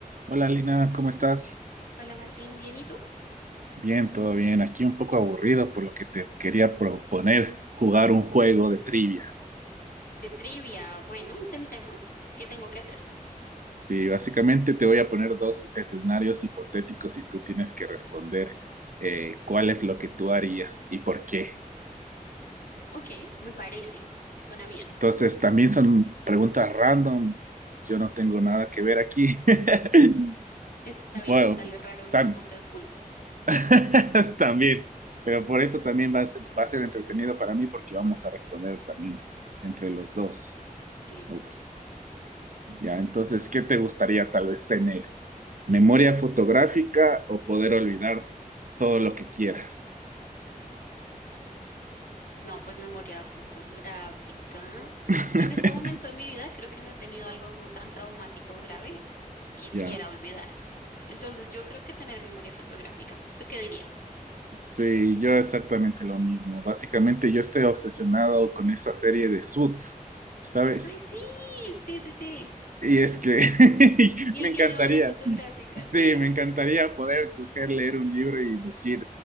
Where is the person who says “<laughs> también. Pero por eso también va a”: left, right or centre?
Right